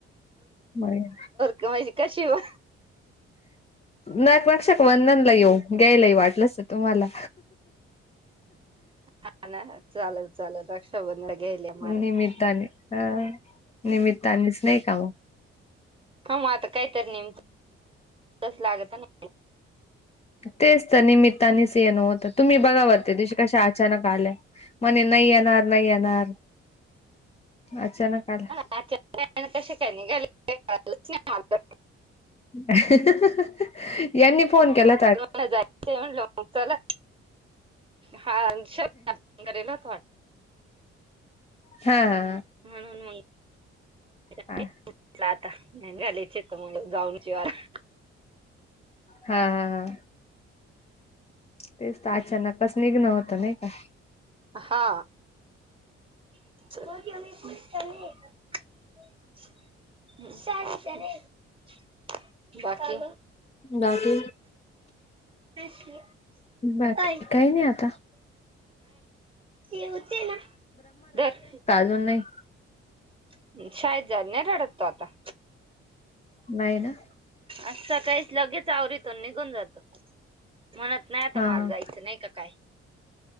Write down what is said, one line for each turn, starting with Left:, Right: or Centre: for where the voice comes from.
Left: म येईल
Right: केव्हा येशी, कशी ओ
Left: नक रक्षक बंदन ला येऊ घ्यायला येऊ वाटलंस तुम्हाला
Right: हा ना चालल चालल रक्षाबंधन घ्यायला मला
Left: निमित्ताने अ निमित्तानेच नाही का हो
Right: हा म आता काहीतरी नेम <unintelligible> लागत ना
Left: तेचं तर निमित्तानीस येन होतं तुम्ही बघा बरं त्या दिवशी कशा अचानक आल्या, म्हणे नाही येणार नाही येणार अचानक आल्या
Right: अचानक <unintelligible>
Left: ह ह ह.... यांनी फोन केला
Right: लवकर जायचंय म्हणलं मग चला हा <unintelligible> होता वाट
Left: हा हा
Right: हून मी <unintelligible>
Left: हा
Right: म्हटलं आता अन झालेय चेक करून म्हणलं जाऊनचं येऊ आता
Left: हा हा हा, तेच त अचानकचं निघन होतं नाही का
Right: हा <unintelligible> बाकी
Left: बाकी
Right: नाही
Left: बाकी काही नाही आता
Right: हे होते ना, धर
Left: <inaudible> द नाही.
Right: <inaudible> शाद <inaudible> जा न रडतो आता.
Left: नाहीय ना.
Right: असं काहीच लगेच आववरतो निघून जातो. म्हणत नाही आता
Left: हा
Right: माल
Left: हा
Right: जायचं नाही का काय?